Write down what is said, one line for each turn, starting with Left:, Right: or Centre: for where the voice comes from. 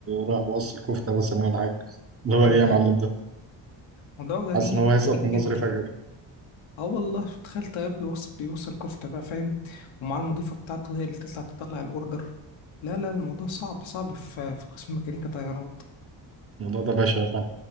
Right: رايح بوصل الكفته مثلا ولا حاجه اللي هو ايه
Left: ده
Right: يا معلم ده
Left: موضوع غريب
Right: حاسس ان هو هيسقط
Left: غريب
Right: من
Left: جدا
Right: نظري فجاه كده
Left: اه والله تخيل طيار بيوصل بيوصل كفتة بقى فاهم ومع المضيفة بتاعته هي اللي تطلع تطلع الأوردر لا لا الموضوع صعب صعب في في قسم ميكانيكا طيارات
Right: الموضوع ده بشع فعلا